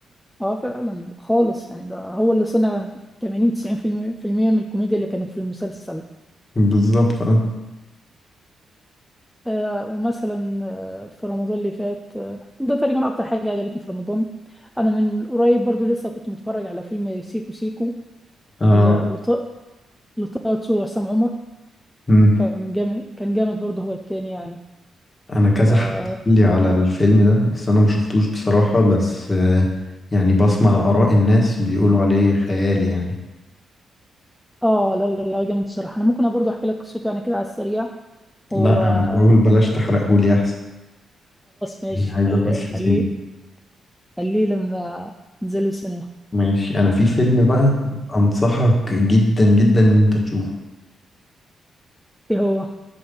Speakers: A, in the centre; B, on the left.
A: اه فعلا خالص يعني ده هو اللي صنع 80 90% في المية في المية من الكوميديا اللي كانت في المسلسل
B: بالظبط اه
A: آه ومثلا آه في رمضان اللي فات آه ده تقريبا أكتر حاجة عجبتني في رمضان أنا من قريب برضو لسه كنت متفرج على فيلم سيكو سيكو
B: آه،
A: ل- لط- لطه دسوقي وعصام عمر
B: مم.
A: كان جامد كان جامد برضه هو التاني يعني
B: انا كذا
A: ف...
B: حد قال لي على الفيلم ده بس انا ما شفتوش بصراحة بس آه، يعني بسمع آراء الناس بيقولوا عليه خيالي يعني
A: اه لا لا لا جامد الصراحه انا ممكن برضه احكي لك قصته يعني كده على السريع وخلاص
B: لا انا بقول بلاش تحرقهولي احسن
A: ماشي
B: يعني عايز
A: خليه
B: اخش
A: خليه
B: سينما
A: خليه لما تنزلوا السينما
B: ماشي انا في فيلم بقى انصحك جدا جدا ان انت تشوفه
A: ايه هو